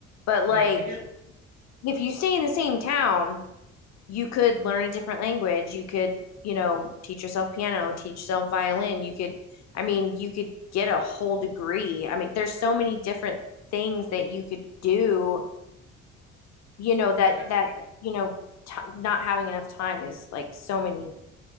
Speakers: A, on the left (about 50°); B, on the right (about 65°).
A: But
B: Yeah,
A: like
B: I guess.
A: if you stay in the same town, you could learn a different language. You could, you know, teach yourself piano, teach yourself violin. You could I mean, you could get a whole degree. I mean, there's so many different things that you could do, you know, that
B: Oh yeah,
A: that, you know, t- not having enough time is like so many